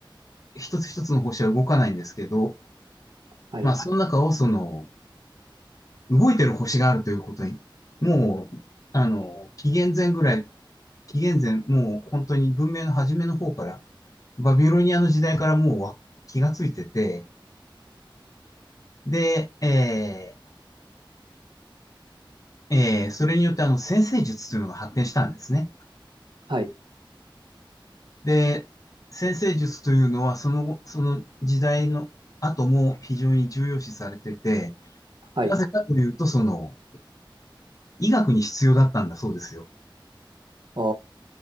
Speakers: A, on the left; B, on the right.
A: 一つ一つの星は動かないんですけど、
B: はい
A: まあその中をその、動いてる星があるということに、もう、あの、紀元前ぐらい紀元前、もう本当に文明の初めの方から、バビロニアの時代からもうわ気がついてて、で、えーえーそれによってあの先生術というのが発展したんですね。
B: はい
A: で、先生術というのはその後、その時代の後も非常に重要視されてて、
B: はい。
A: なぜかというと、その、医学に必要だったんだそうですよ。
B: お